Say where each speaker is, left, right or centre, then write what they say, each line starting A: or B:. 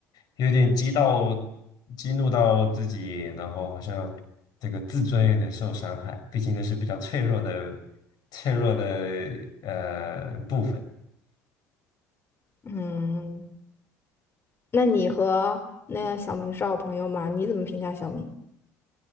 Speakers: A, on the left (about 55°); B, on the left (about 30°).
A: 有点激到激怒到自己，然后好像这个自尊有点受伤害，毕竟那是比较脆弱的脆弱的呃部分。
B: 嗯，那你和那个小明是好朋友吗？你怎么评价小明？